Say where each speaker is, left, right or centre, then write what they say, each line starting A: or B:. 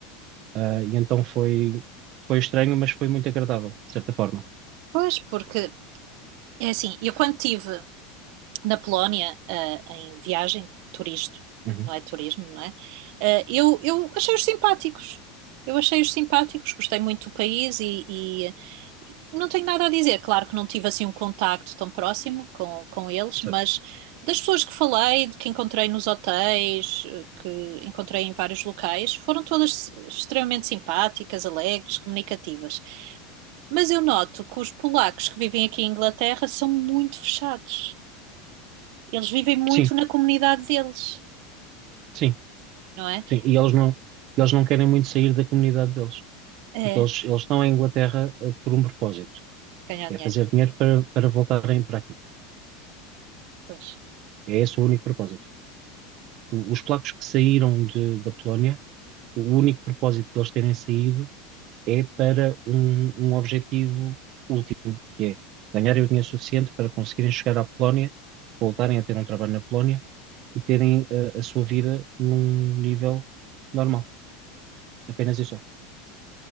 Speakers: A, on the right; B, on the right.
A: Ah, e então foi, foi estranho, mas foi muito agradável, de certa forma.
B: Pois, porque é assim, eu quando tive na Polónia, ah, em viagem, turista,
A: Uhum.
B: não é turismo, não é? Ah, eu, eu achei-os simpáticos. Eu achei-os simpáticos, gostei muito do país e, e- e não tenho nada a dizer. Claro que não tive assim um contacto tão próximo com, com eles,
A: So-
B: mas das pessoas que falei, de que encontrei nos hotéis, eh, que encontrei em vários locais, foram todas extremamente simpáticas, alegres, comunicativas. Mas eu noto que os polacos que vivem aqui em Inglaterra são muito fechados. Eles vivem muito
A: Sim,
B: na comunidade deles,
A: sim,
B: não é?
A: sim. E eles não, eles não querem muito sair da comunidade deles,
B: É,
A: porque eles, eles estão em Inglaterra, ah, por um propósito.
B: ganhar
A: É
B: dinheiro.
A: fazer dinheiro para, para voltarem para aqui.
B: Pois.
A: É esse o único propósito. O- os polacos que saíram de, da Polónia, o único propósito deles terem saído é para um, um objetivo último, que é ganharem o dinheiro suficiente para conseguirem chegar à Polónia, voltarem a ter um trabalho na Polónia e terem uh, a, sua vida num nível normal, apenas e só.